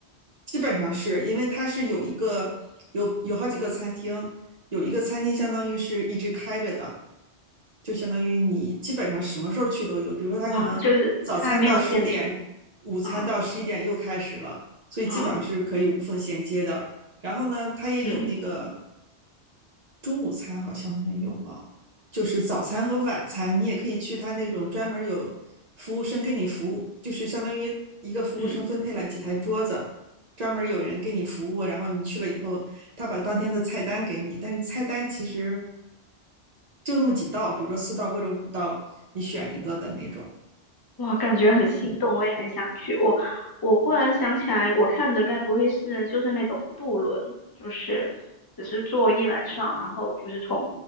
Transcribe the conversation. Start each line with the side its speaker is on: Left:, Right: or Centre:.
Right: 基本上是因为它是有一个有有好几个餐厅，有一个餐厅相当于是一直开着的，就相当于你基本上什么时候去都有。比如说，它可能早餐到十点，
Left: 哇，就是它还没有限制。
Right: 午餐到十一点又开始了，
Left: 嗯
Right: 所以基本上是可以无缝衔接的。
Left: 嗯
Right: 然后呢，它也有那个
Left: 嗯
Right: 中午餐好像没有了，就是早餐和晚餐，你也可以去它那种专门有服务生给你服务，就是相当于一个服务生分配了几台桌子。
Left: 嗯，
Right: 专门有人给你服务，然后你去了以后，他把当天的菜单给你，但是菜单其实就那么几道，比如说四道或者五道，你选一个的那种。
Left: 哇，感觉很心动，我也很想去。我我忽然想起来，我看着该不会是就是那种渡轮，就是只是坐一晚上，然后就是从